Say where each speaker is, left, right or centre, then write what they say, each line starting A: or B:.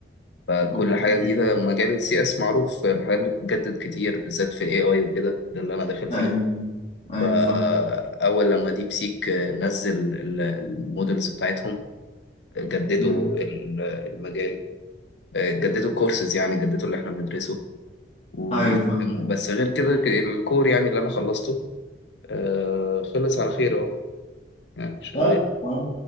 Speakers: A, on the left (about 75°); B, on the left (about 35°).
A: فكل
B: اوكي
A: حاجه جديده مجال السي اس معروف الحاجات اللي بتتجدد كتير بالذات في الاي اي وكده ده اللي انا داخل فيه
B: ايوه ايوه
A: فاول
B: فاهم
A: لما ديب سيك آه، نزل ال- المودلز بتاعتهم آه، جددوا
B: مم.
A: ال- المجال آه، جددوا الكورسز يعني جددوا اللي احنا بندرسه وبيفهموا
B: ايوه فاهم
A: بس غير كده ك- الكور يعني اللي انا خلصته آه خلص على خير اهو يعني شغال
B: طيب كويس.